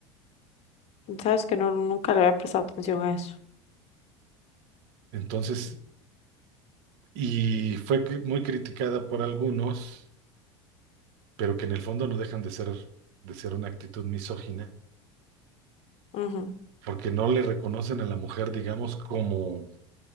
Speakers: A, on the left; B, on the right.
A: Sabes que no, nunca le había prestado atención a eso.
B: Entonces, y fue cri- muy criticada por algunos pero que en el fondo no dejan de ser, de ser una actitud misógina,
A: Ujú.
B: porque no le reconocen a la mujer, digamos, como